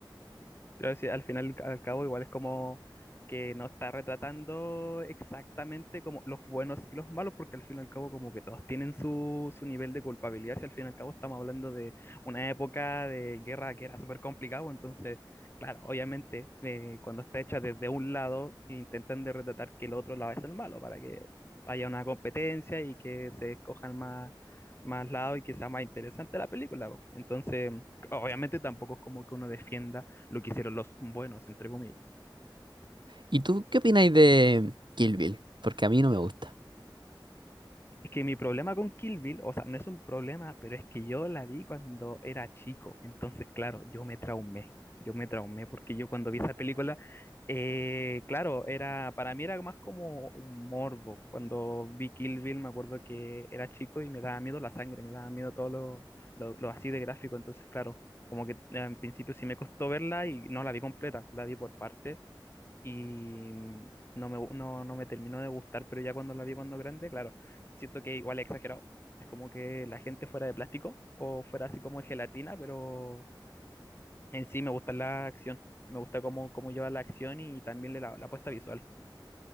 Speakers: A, on the left; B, on the right.
A: Pero sí, al final, al cabo, igual es como que no está retratando exactamente como los buenos y los malos, porque al fin y al cabo como que todos tienen su, su nivel de culpabilidad, si al fin y al cabo estamos hablando de una época de guerra que era súper complicado, entonces, claro, obviamente eh, cuando está hecha desde un lado, intentan de retratar que el otro lado es el malo, para que haya una competencia y que se escojan más, más lados y que sea más interesante la película. po. Entonces, obviamente tampoco es como que uno defienda lo que hicieron los buenos, entre comillas.
B: ¿Y tú qué opináis de Kill Bill? Porque a mí no me gusta.
A: Es que mi problema con Kill Bill, o sea, no es un problema, pero es que yo la vi cuando era chico. Entonces, claro, yo me traumé. Yo me traumé porque yo cuando vi esa película, eh, claro, era, para mí era más como un morbo. Cuando vi Kill Bill, me acuerdo que era chico y me daba miedo la sangre, me daba miedo todo lo, lo, lo así de gráfico. Entonces, claro, como que eh, en principio sí me costó verla y no la vi completa, la vi por parte y mm, no me, gu- no, no me terminó de gustar, pero ya cuando la vi cuando grande, claro, siento que igual es exagerado. Es como que la gente fuera de plástico o fuera así como de gelatina, pero en sí me gusta la acción. Me gusta cómo, cómo lleva la acción y también le la, la puesta visual.